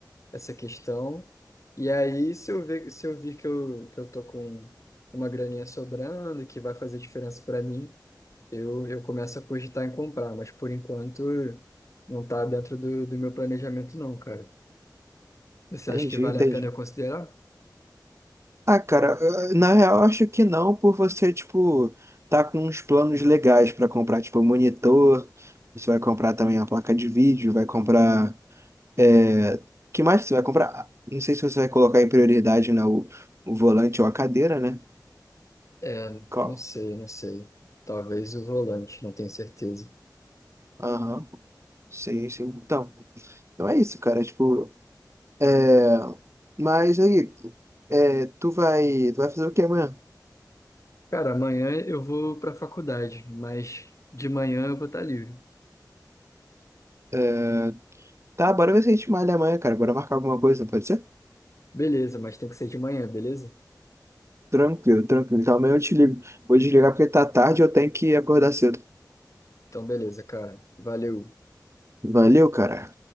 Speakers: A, on the left; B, on the right.
A: essa questão. E aí, se eu ver, se eu vir que eu, que eu tô com uma graninha sobrando, que vai fazer diferença para mim, eu, eu começo a cogitar em comprar, mas por enquanto não tá dentro do, do meu planejamento, não, cara. Você
B: Entendi,
A: acha que vale
B: entendi.
A: a pena eu considerar?
B: Ah, cara, eh, na real, eu acho que não, por você, tipo, tá com uns planos legais pra comprar, tipo, um monitor, você vai comprar também a placa de vídeo, vai comprar. É... Que mais que você vai comprar? Ah, Não sei se você vai colocar em prioridade, né, o, o volante ou a cadeira, né?
A: É,
B: Qual?
A: não sei, não sei. Talvez o volante, não tenho certeza.
B: Aham, sim, sim. Então, então é isso, cara, tipo, é... Mas aí, é, tu vai, tu vai fazer o quê amanhã?
A: Cara, amanhã eu vou pra faculdade, mas de manhã eu vou estar livre.
B: É, Tá, bora ver se a gente malha amanhã, cara, bora marcar alguma coisa, pode ser?
A: Beleza, mas tem que ser de manhã, beleza?
B: Tranquilo, tranquilo. Então amanhã eu te ligo. Vou desligar porque tá tarde e eu tenho que acordar cedo.
A: Então, beleza, cara. Valeu.
B: Valeu, cara.